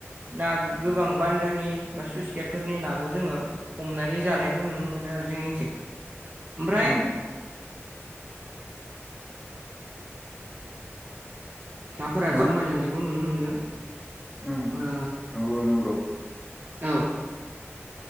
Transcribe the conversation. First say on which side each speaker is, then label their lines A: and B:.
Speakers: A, on the right; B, on the right.
A: ना गोबां बान्दोनि बा स्लुइस गेटफोरनि नाखौ जोङो । हमनानै जानायखौ नुनो मोनो आरो जोंनिथिं ओमफ्राय
B: उम
A: थाफोरा
B: मा
A: जमाय लांनायखौ नुनो मोनदों
B: उम
A: ओ
B: नंगौ नंगौ
A: औ